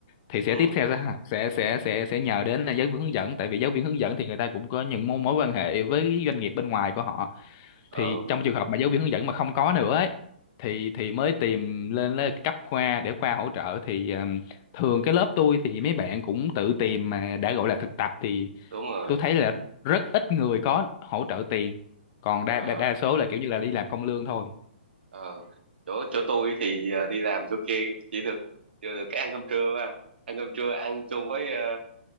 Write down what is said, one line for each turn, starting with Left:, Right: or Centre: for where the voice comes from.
Left: thì sẽ
Right: ừ
Left: tiếp theo sẽ sẽ sẽ sẽ, sẽ nhờ đến là giáo viên hướng dẫn tại vì giáo viên hướng dẫn thì người ta cũng có những mối mối quan hệ với doanh nghiệp bên ngoài của họ
Right: ừ
Left: thì trong trường hợp mà giáo viên hướng dẫn mà không có nữa ấy thì thì mới tìm lên lên cấp khoa để khoa hỗ trợ thì ừm, thường cái lớp tôi thì mấy bạn cũng tự tìm mà đã gọi là thực tập thì
Right: đúng rồi
Left: tôi thấy là rất ít người có hỗ trợ tiền còn đa
Right: à
Left: đa, đa số là kiểu như là đi làm không lương thôi
Right: ờ chỗ chỗ tôi thì ờ, đi làm chỗ kia chỉ được chưa được cái ăn cơm trưa mà ăn cơm trưa ăn chung với ờ,